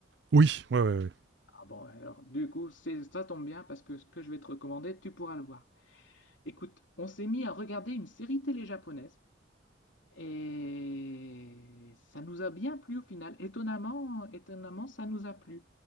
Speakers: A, on the right; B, on the left.
A: Oui, ouais, ouais, ouais.
B: Ah bon, alors, du coup, c'est, ça tombe bien parce que ce que je vais te recommander, tu pourras le voir. Écoute, on s'est mis à regarder une série télé japonaise et ça nous a bien plu au final. Étonnamment, étonnamment, ça nous a plu.